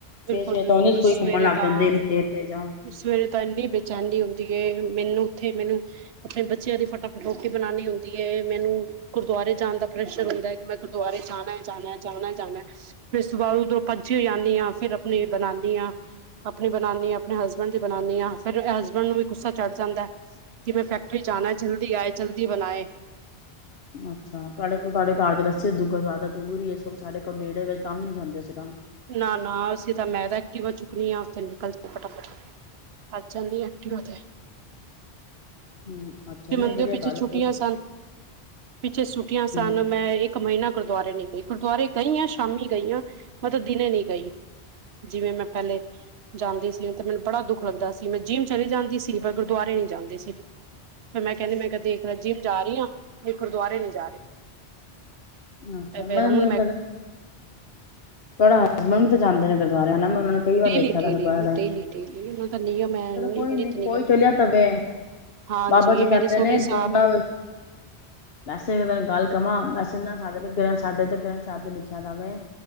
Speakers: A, on the right; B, on the left.
A: ਬਿਲਕੁਲ
B: ਸਹਰ ਸੇਰ
A: ਬਿਲਕੁਲ
B: ਤੇ ਉਹਦੀ ਸੂਈ
A: ਸਵੇਰੇ
B: ਘੁੰਮਣ ਲੱਗ
A: ਤਾਂ
B: ਜਾਂਦੇ ਦੇਰ ਤੇ ਜਾ।
A: ਸਵੇਰੇ ਤਾਂ ਇੰਨੀ ਬੇਚੈਨੀ ਹੁੰਦੀ ਹੈ ਮੈਨੂੰ ਉੱਥੇ ਮੈਨੂੰ। ਆਪਣੇ ਬੱਚਿਆਂ ਦੀ ਫਟਾਫਟ ਰੋਟੀ ਬਣਾਉਣੀ ਹੁੰਦੀ ਹੈ ਮੈਨੂੰ। ਗੁਰਦੁਆਰੇ ਜਾਣ ਦਾ ਪ੍ਰਸ਼ਨ ਹੁੰਦਾ ਹੈ ਕਿ ਮੈਂ ਗੁਰਦੁਆਰੇ ਜਾਣਾ ਜਾਣਾ ਜਾਣਾ ਜਾਣਾ। ਫਿਰ ਸੁਬਾਹ ਉਧਰੋਂ ਭੱਜੀ ਹੋ ਆਂਦੀ ਹਾਂ ਫ਼ਿਰ ਆਪਣੇ ਬਣਾਉਂਦੀ ਹਾਂ। ਆਪਣੀ ਬਣਾਨੀ ਆ ਆਪਣੇ ਹਸਬੈਂਡ ਦੀ ਬਣਾਉਨੀ ਆ ਫਿਰ ਹਸਬੈਂਡ ਨੂੰ ਵੀ ਗੁੱਸਾ ਚੜ ਜਾਂਦਾ। ਕਿ ਮੈਂ ਫੈਕਟਰੀ ਜਾਣਾ ਹੈ ਜਲਦੀ ਆਏ ਜਲਦੀ ਬਣਾਏ।
B: ਅੱਛਾ ਤੁਹਾਡੇ ਕੋ ਤੁਹਾਡੇ ਘਰ ਤਾਂ ਵੈਸੇ ਦੂਆਦਾ ਦੂਰ ਹੀ ਇਸ ਸਾਡੇ ਨੇੜੇ ਵਿੱਚ ਤਾਂ ਵੀ ਨੀ ਜਾਂਦੇ ਅਸੀ ਤਾਂ।
A: ਨਾ ਨਾ ਅਸੀਂ ਤਾਂ ਮੈਂ ਤਾਂ ਐਕਟਿਵ ਚੁੱਕਣੀ ਆ ਦਿ ਨਲ ਫਟਾਫਟ। ਅੱ ਚਦੀ ਐਕਟਿਵਾ ਤੇ।
B: ਹ ਅੱਛਾ।
A: ਜ
B: ਨਹੀਂ
A: ਮੰੰਦੇ
B: ਵਧੀਆ
A: ਪਿੱਛੇ
B: ਗੱਲ
A: ਛੁੱਟੀਆਂ
B: ਹੈ
A: ਸਨ ਪਿੱਛੇ ਛੁੱਟੀਆਂ
B: ਹੂੰ
A: ਸਨ ਮੈਂ ਇੱਕ। ਇੱਕ ਮਹੀਨਾ ਗੁਰਦੁਆਰੇ ਨੀ ਗਈ। ਗੁਰਦੁਆਰੇ ਗਈ ਆ ਸ਼ਾਮੀ ਗਈ ਆ ਮਤਲਬ ਦਿਨੇ ਨੀ ਗਈ। ਜਿਵੇਂ ਮੈਂ ਪਹਿਲੇ। ਜਾਂਦੇ ਸੀ ਤੇ ਮੈਨੂੰ ਬੜਾ ਦੁੱਖ ਲੱਗਦਾ ਸੀ। ਮੈਂ ਜਿੰਮ ਚਲੀ ਜਾਂਦੀ ਸੀ ਪਰ ਗੁਰਦੁਆਰੇ ਨਹੀਂ ਜਾਂਦੀ ਸੀ। ਫਿਰ ਮੈਂ ਕਹਿੰਦੀ ਮੈਂ ਕਿਹਾ ਦੇਖ ਲ ਜਿਮ ਜਾ ਰਹੀ ਹਾਂ ਇਹ ਗੁਰਦੁਆਰੇ ਨੀ ਜਾ ਰਹੀ।
B: ਅੱਛਾ
A: ਤੇ
B: ਮੈਂ
A: ਫੇਰ ਹੁਣ
B: ਮ ਤੁਹਾਡਾ ਹਸਬੈਂਡ ਵੀ ਤਾਂ ਜਾਂਦੇ ਨੇ ਗੁਰਦੁਆਰਿਆਂ ਨਾਲ। ਉਹਨਾਂ ਨੇ ਕਈ ਵਾਰ
A: ਡੇਲੀ
B: ਦੇਖਿਆ
A: ਡੇਲੀ
B: ਤ ਗਰਬ
A: ਡੇਲੀ ਡੇਲੀ ਉਹਨਾਂ ਦਾ ਨਿਯਮ ਹੈ
B: ਚਲੋ ਕੋਈ
A: ਨਿਤ
B: ਨੀ
A: ਨਿਯਮ
B: ਕੋਈ ਚਲਿਆ ਤਵੇ।
A: ਹਾਂਜੀ
B: ਬਾਬਾ ਜੀ
A: ਮੇਰੇ
B: ਕਹਿੰਦੇ
A: ਸਹੁਰੇ
B: ਨੇ ਦੋਨਾਂ
A: ਸਾਹਿਬ
B: ਵੈਸੇ ਗੱਲ ਕਵਾਂ ਵੈਸੇ। ਨਾ ਸਾਡੇ ਤੇ ਗ੍ਰੰਥ ਸਾਡੇ ਤੇ ਗ੍ਰੰਥ ਸਾਹਿਬ ਚ ਲਿਖਿਆ ਤਾਂਵੇ